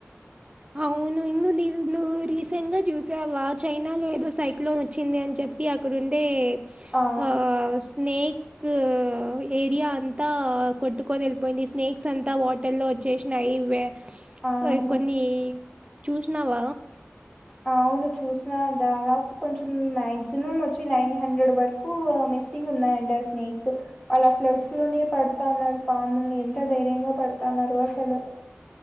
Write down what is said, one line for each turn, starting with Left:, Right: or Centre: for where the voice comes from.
Right: హవును ఇందు <unintelligible> రీసెంట్ గా జూసావా చైనాలో ఏదో సైక్లోన్ వొచ్చింది అన్ జెప్పి అక్కడుండేమ్
Left: ఆ
Right: ఓ స్నేక్కూ ఏరియా అంతా కొట్టుకొని ఎళ్పోయింది స్నేక్సంతా వాటర్ లో వొచ్చేస్నాయి వే
Left: అవును
Right: వోయ్ కొన్నీ చూస్నావ
Left: అవును చూస్న దాదాపు కొంచం మ్యాగ్జిమం వొచ్చి నైన్ హండ్రెడ్ వర్ కూ మెస్సింగ్ ఉన్నాయంట స్నేక్సు అలా ఫ్లెడ్స్ లోనే పడతావున్నారు పాముల్ని ఎంత ధైర్యంగా పడతాన్నారో అసలు